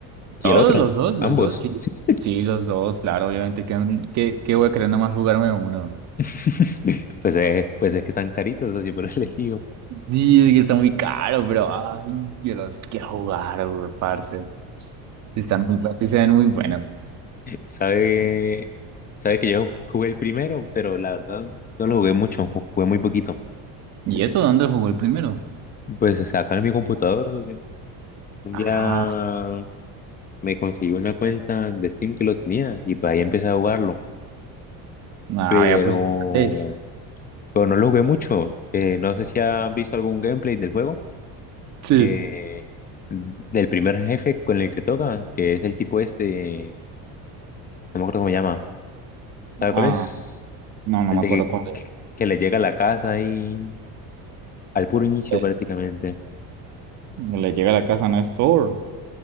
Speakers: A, on the left; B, on the right.
A: y
B: Todos
A: el otro?
B: los dos, los
A: Ambos.
B: dos, sí.
A: Sí.
B: Sí, los dos, claro, obviamente. ¿Qué, qué, qué voy a querer nomás jugarme uno?
A: <laughs> Pues, eh, pues es que están caritos, oye, pero elegido.
B: Sí, es que está muy caro, pero ay, yo los quiero jugar, weón, parce. Sí, están muy buenas, sí se ven muy buenas.
A: Sabe, sabe que yo jugué el primero, pero la verdad no lo jugué mucho, jugué muy poquito.
B: ¿Y eso dónde jugó el primero?
A: Pues se acá en mi computador, oye, un
B: Ah,
A: día me conseguí una cuenta de Steam que lo tenía y pues ahí empecé a jugarlo,
B: ah,
A: pero,
B: ya pues irlandés.
A: pero no lo jugué mucho. Eh, no sé si has visto algún gameplay del juego.
B: Sí.
A: eh, del primer jefe con el que toca, que es el tipo este, no me acuerdo cómo se llama, ¿sabe
B: Ah,
A: cuál es?
B: no, no
A: El
B: me
A: de
B: acuerdo
A: que,
B: cuál es.
A: que- que le llega a la casa y al puro inicio
B: Eh,
A: prácticamente,
B: le llega a la casa, no es Thor.